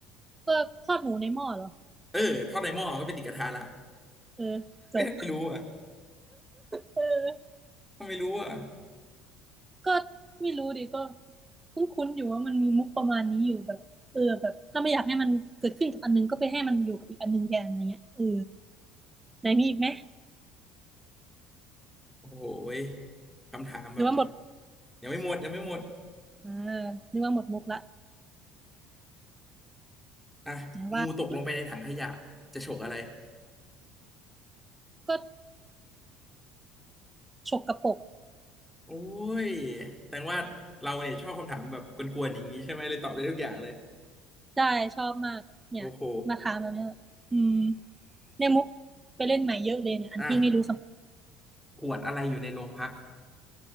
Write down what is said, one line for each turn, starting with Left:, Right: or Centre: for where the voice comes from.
Right: ก็ทอดหมูในหม้อเหรอ
Centre: เออทอดในหม้อก็ไปติดกระทะละ
Right: เออจบ
Centre: ไม่ทำไมรู้อ่ะ
Right: เออ
Centre: ทำไมรู้อ่ะ
Right: ก็ไม่รู้ดิก็คุ้นๆอยู่ว่ามันมีมุกประมาณนี้อยู่แบบเออแบบถ้าไม่อยากให้มันเกิดขึ้นกับอันนึงก็ไปให้มันอยู่กับอีกอันนึงแทนอะไรเงี้ยเออไหนมีอีกไหม
Centre: โอ้โหยคำถามแบบ
Right: หรือว่าหมด
Centre: ยังไม่หมดยังไม่หมด
Right: อ่านึกว่าหมดมุกละ
Centre: อ่ะงูตกลงไปในถังขยะจะฉกอะไร
Right: ไหนว่าอิ๊ะก็ฉกกระปก
Centre: โอ้ยแสดงว่าเราเนี่ยชอบคำถามแบบกวนๆอย่างนี้ใช่ไหมเลยตอบได้ทุกอย่างเลย
Right: ได้ชอบมากเนี่ยมาถามแบบเนี้ยอืม
Centre: โอ้โห
Right: ในมุกไปเล่นใหม่เยอะเลยเนี่ยอันที่ไม่รู้คำ
Centre: อ่ะขวดอะไรอยู่ในโรงพัก